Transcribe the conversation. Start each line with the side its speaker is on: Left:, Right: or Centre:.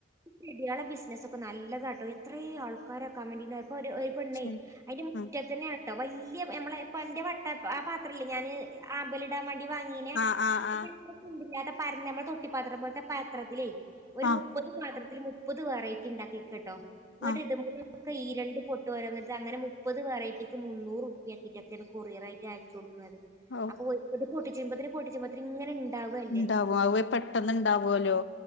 Right: ചെട്യളെ ബിസ്സ്നസ്സൊക്കെ നല്ലതാട്ടോ എത്രേ ആൾക്കാരാ കമൻ്റിന് ഇപ്പൊര് ഒര് പെണ്ണെയ്
Left: ശരി.
Right: അയ്ന്റെ മുറ്റത്തന്നെ
Left: ഉം
Right: ട്ട വല്ല്യ നമ്മളെ ഇപ്പ ഇന്റെ വട്ട പ ആ പത്രല്ലേ ഞാന് ആമ്പല്ടാൻ വേണ്ടി വാങ്ങീ നെ
Left: ആഹ് ആഹ്
Right: ഒര്
Left: ആഹ്
Right: അത്ര കുണ്ടില്ലാത്ത പര്ന്ന നമ്മളെ തൊട്ടിപ്പാത്രം പോൽത്തെ പത്രത്തിലെയ് ഒര്
Left: ആഹ്
Right: മു പ്പത് പാത്രത്തില് മുപ്പത് വെറൈറ്റിണ്ടാക്കിക്കട്ടോ ഇന്നട്ട്
Left: ആഹ് ആഹ്
Right: ഇതിമ്മല് ഒക്കെ ഈരണ്ട് പൊട്ട് ഓരോന്നെട്ത്ത് അങ്ങനെ മുപ്പത് വെറൈറ്റിക്ക് മുന്നൂറുപ്പ്യാക്കിയിട്ടൊക്കേണ് കൊറിയറയ്റ്റ് അയച്ചൊട്ക്ക്ണത്.
Left: ഔ
Right: അപ്പൊ ഒന്ന് പൊട്ടിച്ചുമ്പത്തിന് പൊട്ടിച്ചുമ്പത്തിന് ഇങ്ങനെണ്ടാവല്ലെ
Left: ഇണ്ടാവും അത് പെട്ടെന്ന് ഇണ്ടാവോലോ